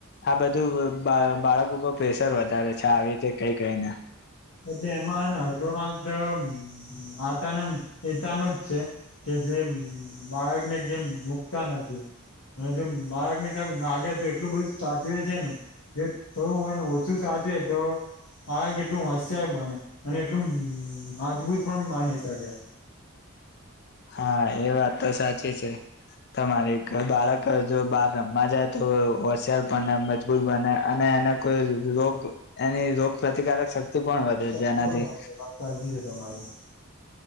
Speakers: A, on the left; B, on the left.
A: આ બધું બા બાળકો પર પ્રેશર વધારે છે. આવી રીતે કઈ કઈ ને.
B: એટલે એમાં હેને અડધો વાક માતાનોને પિતાનો જ છે. કે જે બાળકને કેમ મુકતા નથી. અને જો મ બાળકને કાંઈક વાગે તો એટલું બધું સાચવે છે ને જો થોડું હોયને ઓછું સાચવે તો બાળક કેટલું હોશ યાર બને. અને એટલું મજબૂત પણ બની શકે.
A: હા, એ વાત તો સાચી છે. તમારી કે બાળક જો બહાર રમવા જાય તો હોશિયાર બને, મજબૂત બને, અને અને કોઈ રોગ એની રોગ પ્રતિકારક શ થી પણ વધે
B: શક્તિ
A: જેનાથી
B: પણ વધે વાત સાચી છે તમારી